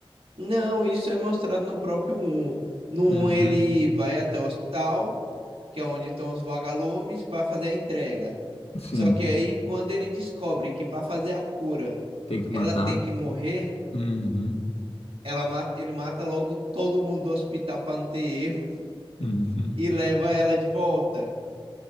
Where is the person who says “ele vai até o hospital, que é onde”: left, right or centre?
Right